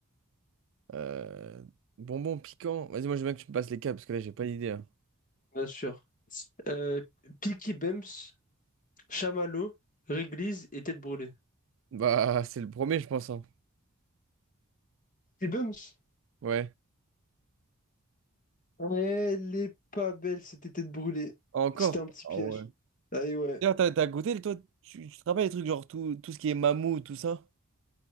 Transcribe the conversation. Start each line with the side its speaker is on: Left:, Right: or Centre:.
Right: Euh, bonbon piquant. Vas-y, moi, je veux bien que tu me passes les cas, parce que là, j'ai pas d'idée. hein.
Left: bien sûr. Euh, Peaky Bums, Chamallow, Réglise et Tête Brûlée.
Right: Bah, c'est le premier, je pense. hein.
Left: Peaky Bums?
Right: Ouais.
Left: Elle est pas belle, c'était Tête Brûlée.
Right: Encore?
Left: C'était un petit
Right: Ah
Left: piège.
Right: ouais.
Left: Ah et ouais.
Right: D'ailleurs, t'as, t'as goûté, toi, tu, tu te rappelles les trucs, genre tout, tout ce qui est mammouth, tout ça?